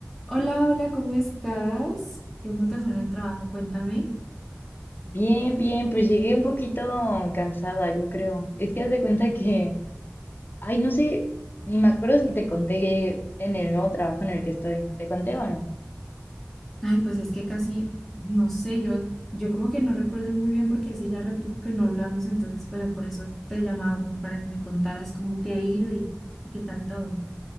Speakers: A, in the centre; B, on the left.
A: Hola, hola, ¿cómo estás? ¿Cómo te fue en el trabajo? Cuéntame.
B: Bien, bien, pues llegué un poquito cansada, yo creo. Es que haz de cuenta que, ay, no sé, ni me acuerdo si te conté que en el nuevo trabajo en el que estoy. ¿Te conté o no?
A: Ay, pues es que casi, no sé, yo, yo como que no recuerdo muy bien porque hace ya ratico que no hablamos, entonces, bueno, por eso te llamaba como para que me contaras cómo te ha ido y, y qué tal todo.